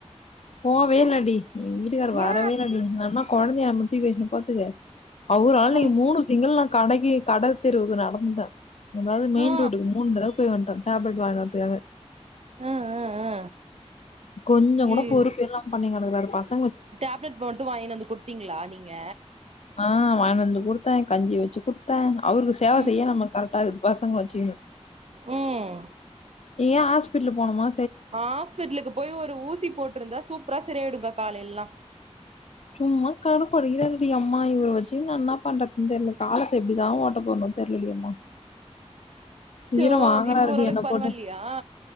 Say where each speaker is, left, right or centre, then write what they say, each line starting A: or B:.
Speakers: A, on the left; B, on the right.
A: போ வேனாடி எங்க வீட்டுக்கார
B: ஏ
A: வரவே இல்ல டி நம்ம குழந்தைய <unintelligible> <unintelligible> பாத்துக்க அவுரால் இன்னிக்கு
B: ஐ
A: மூணு சிங்கல் நா கடைகி கடை தெர்வுக்கு நடந்துட்ட நம்மளால மெயின்
B: ஆ
A: ரோட்டுக்கு மூன் தடவ போய் வந்துட்ட டேப்லட் வாயின்வதுக்காக
B: ஆ ஆ ஆ
A: கொஞ்ச
B: ஐயயோ
A: கூட பொறுப்பே இல்லாம பண்ணி கிடக்குக்காரு பாஸ்
B: டேப்லெட் மட்டு வாங்கினு வந்து குடுத்தீங்களா நீங்க
A: ஆ வாயினு வந்து குடுத்தா கஞ்சி வச்சு குடுத்த அவருக்கு சேவ
B: ம்
A: செய்ய நமக்கு கரெக்டக்குது பசங்க வச்சுக்குணு
B: ம்
A: ஏன் ஹாஸ்பிடுலு போன மா
B: ஹாஸ்பிட்டலுக்கு போய் ஒரு ஊசி போட்டுருந்தா சூப்பரா செரியாடுங்க காலையில்லா
A: சும்மா கடுப்படிக்கிறாருடி யம்மா இவர வச்சுக்குணு நா என்ன பண்றதுன்னு தெரியல காலத்த எப்டிதா ஓட்ட போறனோ தெர்லடி யம்மா
B: சோ
A: உயிர வாங்குறாருடி
B: இப்ப ஓரளவுக்கு
A: என்ன
B: பரவாயில்லையா
A: போட்டு